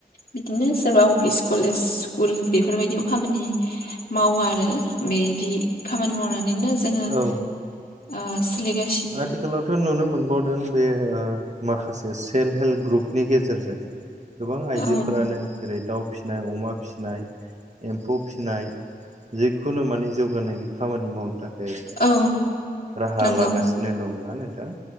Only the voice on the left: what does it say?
बिदिनो सोरबा अफिस कलेज स्कुल बेफोरबायदियाव खामानि मावो आरो बे नि खामानि मावनानैनो जोंङो
ओ सोलिगा
औ
औ
नंगौ